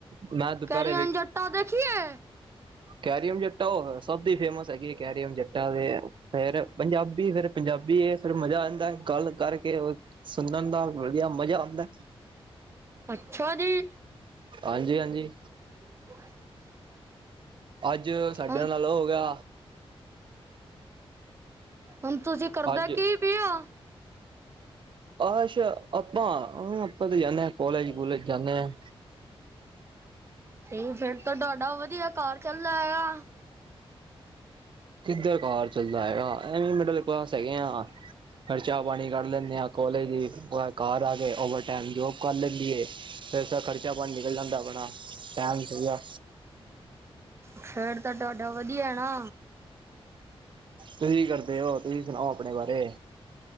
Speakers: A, on the right (about 55°); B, on the right (about 25°).
A: ਮੈਂ ਦੁਪਹਿਰੇ
B: ਕੈਰੀਓਨ ਜੱਟਾ ਦੇਖੀਏ?
A: ਕੈਰੀਓਨ ਜੱਟਾ ਉ ਹੋਏ ਸਭ ਦੀ ਫੇਮਸ ਹੈਗੀ ਕੈਰੀਓਨ ਜੱਟਾ ਤੇ ਫਿਰ ਪੰਜਾਬੀ ਫਿਰ ਪੰਜਾਬੀ ਏ ਫਿਰ ਮਜ਼ਾ ਆਂਦਾ ਏ ਗੱਲ ਕਰਕੇ ਸੁਣਨ ਦਾ ਵਧੀਆ ਮਜ਼ਾ ਆਂਦਾ ਏ।
B: ਅੱਛਾ ਜੀ!
A: ਹਾਂਜੀ ਹਾਂਜੀ।
B: <inaudible>
A: ਅੱਜ ਸਾਡੇ
B: ਹੁਣ
A: ਨਾਲ ਓ ਹੋਗਿਆ।
B: ਹੁਣ ਤੁਸੀਂ ਕਰਦਾ
A: ਅੱਜ
B: ਕੀ ਪੇਓ।
A: ਅੱਛਾ। ਆਪਾਂ-ਆਪਾਂ ਤੇ ਜਾਂਦੇ ਹਾਂ। ਕਾਲਜ-ਕੂਲੇਜ ਜਾਂਦੇ ਹਾਂ।
B: ਤੇ ਫਿਰ ਤਾਂ ਤੁਹਾਡਾ ਵਧੀਆ ਘਾਰ ਚੱਲਦਾ ਹੈਗਾ।
A: ਕਿੱਧਰ ਘਾਰ ਚੱਲਦਾ ਹੈਗਾ। ਐਵੇਂ ਮਿਡਲ ਕਲਾਸ ਹੈਗੇ ਆ। ਖਰਚਾ ਪਾਣੀ ਕੱਢ ਲੈਂਦੇ ਆਂ। ਕਾਲਜ ਘਰ ਆ ਕੇ ਓਵਰ ਟਾਈਮ ਜੋਬ ਕਰ ਲੈਂਦੀ ਏ। ਫਿਰ ਤਾਂ ਖਰਚਾ ਪਾਣੀ ਨਿਕਲ ਜਾਂਦਾ ਆਪਣਾ ਟਾਈਮ ਪੂਰਾ।
B: ਫਿਰ ਤਾਂ ਤੁਹਾਡਾ ਵਧੀਆ ਨਾ।
A: ਤੁਸੀਂ ਕਰਦੇ ਹੋ, ਤੁਸੀਂ ਸੁਣਾਓ ਆਪਣੇ ਬਾਰੇ।